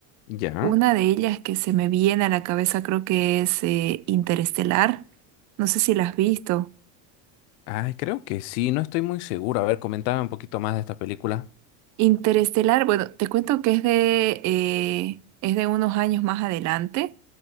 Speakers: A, on the left; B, on the right.
A: Ya.
B: Una de ellas que se me viene a la cabeza creo que es eh, Interestelar. No sé si la has visto.
A: Ay, creo que sí, no estoy muy seguro. A ver, comentaba un poquito más de esta película.
B: Interestelar, bueno, te cuento que es de, eh, es de unos años más adelante,